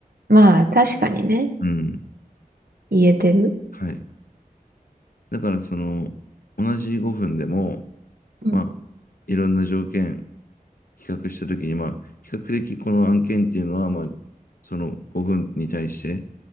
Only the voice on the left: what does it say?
うん。
はい。だからその、同じ5分でも、
まあ、いろんな条件比較したときに、まあ、比較的この案件っていうのは、まあ、その5分に対して、